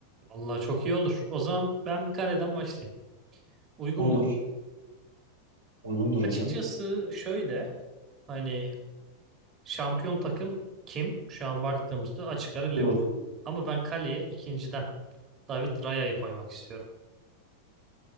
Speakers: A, on the right (about 30°); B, on the right (about 75°).
A: Vallahi çok iyi olur. O zaman ben bir kaleden başlayayım. Uygun
B: Olur.
A: mu?
B: Uygundur
A: Açıkçası
B: hocam.
A: şöyle hani şampiyon takım kim? Şu an baktığımızda açık ara Liverpool.
B: Liverpool,
A: Ama ben kaleye ikinciden David Raya'yı koymak istiyorum.